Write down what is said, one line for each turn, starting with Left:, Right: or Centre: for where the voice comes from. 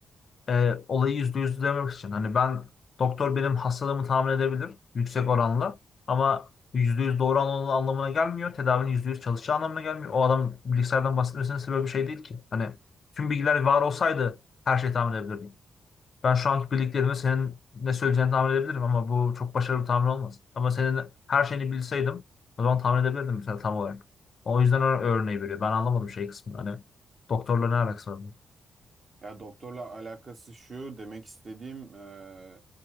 Left: e, olayı yüzde yüz demek için. Hani ben doktor benim hastalığımı tahmin edebilir yüksek oranla ama yüzde yüz doğru anlamına, anlamına gelmiyor. Tedavinin yüzde yüz çalışacağı anlamına gelmiyor. O adam bilgisayardan bahsetmesinin sebebi bir şey değil ki. Hani tüm bilgiler var olsaydı her şeyi tahmin edebilirdim. Ben şu anki bildiklerimi senin ne söyleyeceğini tahmin edebilirim ama bu çok başarılı bir tahmin olmaz. Ama senin her şeyini bilseydim o zaman tahmin edebilirdim mesela tam olarak. O yüzden o örneği veriyor. Ben anlamadım şey kısmını. Hani doktorla ne alakası var? bunun?
Right: Ya doktorla alakası şu demek istediğim e,